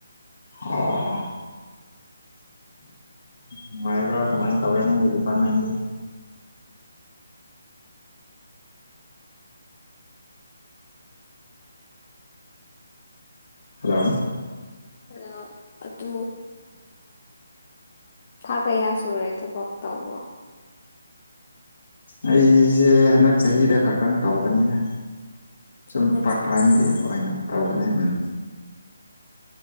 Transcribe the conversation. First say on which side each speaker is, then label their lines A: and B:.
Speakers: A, on the left; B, on the left.
A: ꯑꯣ ꯅꯨꯡꯉꯥꯏꯕ꯭ꯔ ꯀꯃꯥꯏ ꯇꯧꯒꯦ ꯅꯪꯒꯤ ꯗꯤꯄꯥ꯭ꯔꯠꯃꯦꯟꯠ ꯇꯤ ꯍꯂꯣ
B: ꯑ ꯑꯗꯨ ꯑ ꯊꯥ ꯀꯌꯥ ꯁꯨꯔꯦ ꯊꯕꯛ ꯇꯧꯕ
A: ꯑꯩꯁꯦ ꯍꯟꯗꯛ ꯆꯍꯤꯗ ꯈꯛꯇꯪ ꯇꯧꯕꯅꯤꯗ ꯁꯨꯝ
B: ꯍꯟꯗꯛ
A: ꯄꯥꯔꯠ
B: ꯆꯍꯤ
A: ꯇꯥꯏꯝꯒꯤ ꯑꯣꯥꯏꯅ ꯇꯧꯕꯅꯤ ꯎꯝ